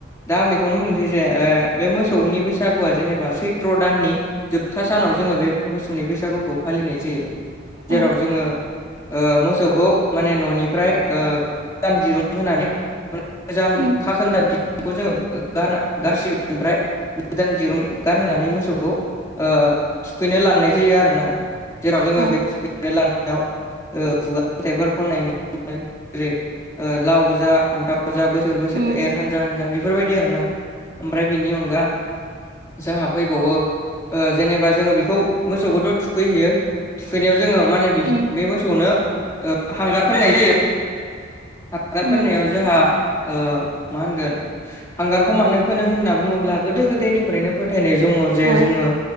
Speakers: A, on the left; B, on the right.
A: दा आं बेखौनो बुंसै जे बे मो- मोसौनि बैसागुआ जेनेबा सैत्र' दाननि जोबथा सानाव जोंङो बे मोसौनि बैसागुखौ फालिनाय जायो।
B: औ
A: जेराव जोंङो ओ मोसौखौ माने न'निफ्राय ओ गोदान दिरुं होनानै गोजाम
B: उम
A: खाखोन्दा दिरुंखौ जोंङो गारना गारसिगोन ओमफ्राय गोदान दिरुं गानहोनानै मोसौखौ ओ थुखैनो लांनाय जायो आरो ना जेराव जोंङो
B: औ
A: बे थुखैनो लांनायाव ओ खुगा फिथाइफोर खननाय नुनो मोनो जेरै ओ लाव जा फान्थाव जा बोसोर बोसोर
B: उम
A: एर हानजा हानजा बे- बेफोरबायदि आरोना ओमफ्राय बेनि अनगा जोंहा फैबावो जेनेबा जोंङो बेखौ मोसौखौथ' थुखैहैयो थुखैनायाव जोंङो माने बे
B: उम
A: मोसौनो हांगार फोननाय जायो हांगार
B: उम
A: फोननायाव जोंहा मा होनगोन हांगारखौ मानो फोनो होनना बुंङोब्ला गोदो गोदायनिफ्रायनो फोथायनाय दङ' जे
B: औ
A: जोंङो